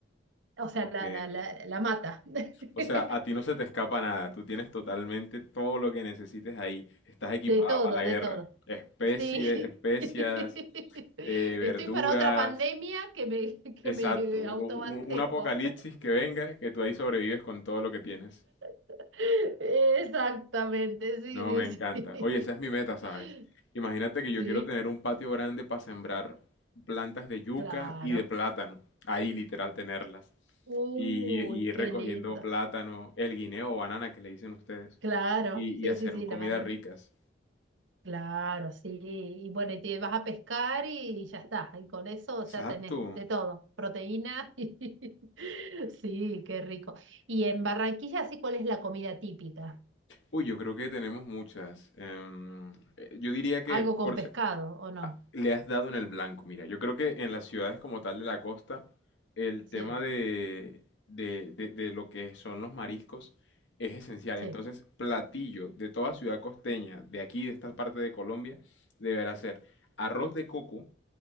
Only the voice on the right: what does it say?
O sea,
la, la, la, la mata. <laughs>
De todo,
de
todo.
Sí.
<laughs> Estoy
para otra pandemia que me, <laughs> que
me
autoabastezco.
<laughs> Exactamente, sí,
sí,
sí.
<laughs>
Sí.
Claro.
Uy,
qué
lindo.
Claro.
Sí,
sí, sí,
la banana.
Claro, sí. Y bueno, y te vas a pescar y ya está. Y con eso
ya tenés de todo. Proteína. <laughs> y- Sí, qué rico. Y en Barranquilla, sí, ¿cuál es la comida típica?
¿Algo con
pescado o no?
Sí,
sí,